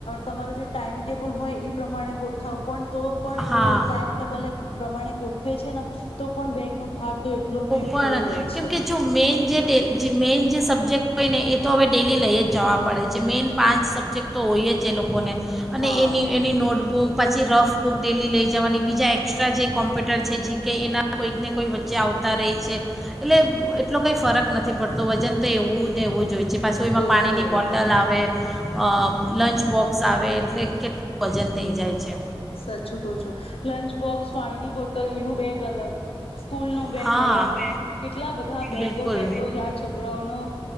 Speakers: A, on the left (about 75°); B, in the centre.
A: તમારો જે ટાઈમ ટેબલ હોય એ પ્રમાણે ગોઠવ પણ... તો પણ
B: હા
A: એ ટાઈમ ટેબલ પ્રમાણે ગોત એ છેને તો પણ બેગ... નો ભાર તો એટલો ને એટલો
B: પણ
A: રે છે.
B: કેમ કે જો મેન જે ડે જે મેન જે સબ્જેક્ટ હોય ને એ તો હવે ડેલી લઈ જવા પડે છે, મેઈન પાંચ સબ્જેક્ટ તો હોય જ એ લોકોને... અને
A: હા
B: એની એની નોટબુક... પાછી રફ બુક ડેલી લઈ જવાની, બીજા એક્સ્ટ્રા જે... કોમ્પ્યુટર છે જીકે એના... કોઈકને કોઈ વ ચ્ચે આવતા રેય છે, એટલે એટલો કંઈ ફરક નથી પડતો, વજન તો એવું જ ને એવું જોઈ. હજી પાછું એમાં
A: એવો
B: પાણીની
A: ને એવો
B: બોટલ આવે. અ લંચ બોક્સ આવે એટલે કેટલું વજન થઈ જાય છે.
A: સાચું કહ છું લંચ બોક્સ પાણીની બોટલ એનું બેગ... અલગ સ્કૂલ નું બેગ
B: હા
A: અલગ, કેટલા બધા બેગો
B: બિલકુલ
A: બેગો જ આ છોકરાઓને